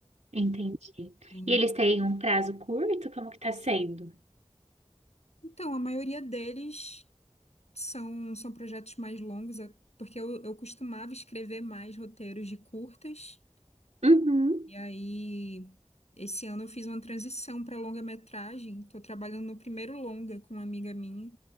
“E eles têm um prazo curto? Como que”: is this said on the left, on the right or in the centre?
Right